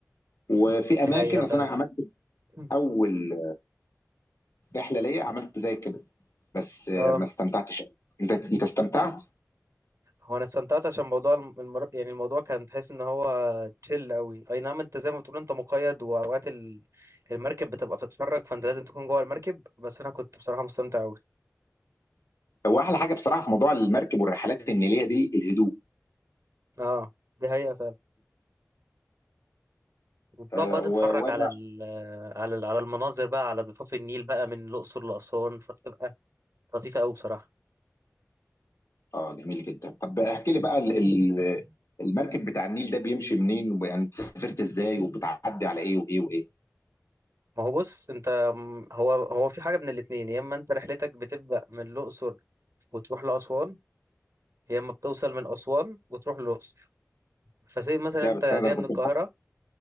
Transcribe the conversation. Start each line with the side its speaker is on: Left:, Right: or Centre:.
Left: وفي
Right: دي
Left: اماكن
Right: حقيقة فعلا
Left: اصل انا عملت
Right: <laughs>
Left: اول رحله ليا عملت زي كده بس آه،
Right: اه
Left: ما استمتعتش أوي. انت انت استمتعت
Right: هو انا استمتعت عشان موضوع الم- المر... يعني الموضوع كان تحس ان هو تشيل قوي اي نعم انت زي ما بتقول انت مقيد واوقات ال- المركب بتبقى بتتفرج فانت لازم تكون جوه المركب بس انا كنت بصراحة مستمتع قوي
Left: هو احلى حاجه بصراحه في موضوع المركب والرحلات النيليه دي الهدوء
Right: اه دي حقيقة فعلا وبتقعد
Left: آه،
Right: بقى
Left: و-
Right: تتفرج
Left: وانا
Right: على ال على ال على المناظر بقى على ضفاف النيل بقى من الأقصر لأسوان فبتبقى لطيفة قوي بصراحة
Left: اه جميل جدا طب احكي لي بقى ال- ال- المركب بتاع النيل ده بيمشي منين ويعني سافرت ازاي وبتعدي على ايه وايه وايه
Right: ما هو بص انت م- هو هو في حاجة من الاتنين يا اما انت رحلتك بتبدأ من الأقصر وتروح لأسوان يا اما بتوصل من أسوان وتروح للأقصر فسيب مثلا
Left: ده
Right: انت
Left: بس انا ده
Right: جاي
Left: أنا
Right: من
Left: كنت
Right: القاهرة